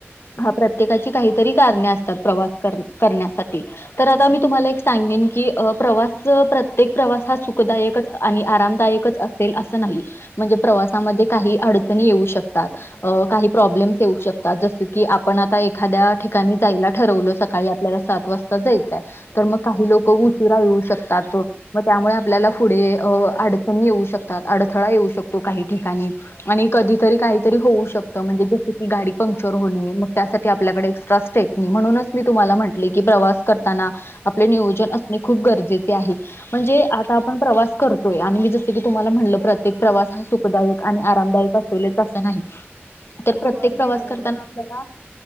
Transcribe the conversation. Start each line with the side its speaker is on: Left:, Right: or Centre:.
Left: हा प्रत्येकाची काही‌ तरी, कारणे असतात प्रवास करण्यासाठी तर तुम्हाला मी सांगेन की प्रवास अ प्रत्येक प्रवास हा सुखदायक आणि आरामदायकच असेल असं नाही, म्हणजे प्रवासामध्ये काही अडणी ये शकतात, काही प्रॉब्लेम येऊ शकतात, जस की आपण आ एखाद्या ठिकाणी जायला ठरवलं सकाळी आपल्याला सात वाजता जायचंय तर मग काही लोक उशिरा येऊ शकतात. मग त्यामुळे आपल्याला पुढे अडचणी येऊ शकतात, अडथळा येऊ शकतो काही ठिकाणी आणि कधीतरी काहीतरी होऊ शकतं, म्हणजे जस की गाडी पंक्चर होणे, मग त्यासाठी आपल्याकडे म्हणून मी तुम्हाला म्हटले की प्रवास करताना, आपले नियोजन असणे खूप गरजेचे आहे. म्हणजे आ आपण प्रवास करतोय आणि जसं की तुमला म्हण प्रत्येक प्रवास हा सुखदाय आणि आनं आरामदायक अस अस नाही, तर
Right: हो
Left: प्रत्येक
Right: अगदी
Left: प्रवास
Right: बरोबर.
Left: करताना आपल्याला